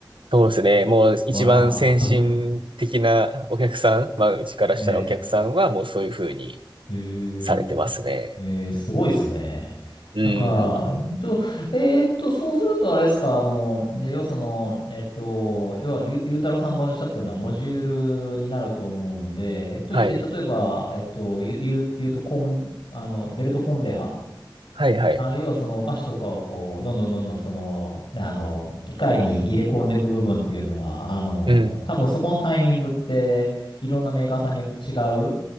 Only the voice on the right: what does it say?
そうですね。もう一番先進的なお客さん、
まあ、うちからしたらお客さんはもうそういうふうに
されてますね。
うん。
はい。
はいはい。
うん。